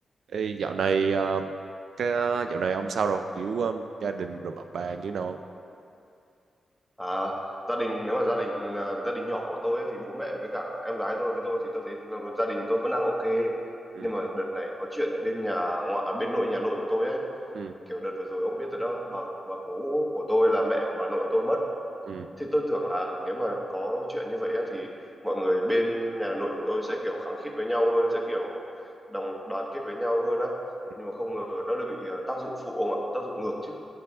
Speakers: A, on the right; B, in the centre.
A: Ê, dạo này ờ, cái uh, dạo này ông sao rồi kiểu ờ, gia đình rồi bạn bè như nào không
B: À, gia đình nếu mà gia đình là gia đình nhỏ của tôi ấy, thì bố mẹ với cả em gái tôi với tôi thì tôi thấy nó- gia đình tôi vẫn đang ok
A: ừ,
B: nhưng mà đợt này có chuyện ở bên nhà ngoại à, bên nội nhà nội của tôi ấy
A: ừ,
B: kiểu đợt vừa rồi ông biết rồi đó bà bà cố của tôi là mẹ của bà nội tôi mất
A: ừ,
B: thì tôi tưởng là nếu mà có chuyện như vậy ấy, thì mọi người bên nhà nội của tôi sẽ kiểu khăng khít với nhau hơn sẽ kiểu đồng đoàn kết với nhau hơn á
A: ừ.
B: nhưng mà không ngờ nó lại bị à, tác dụng phụ ông ạ tác dụng ngược chứ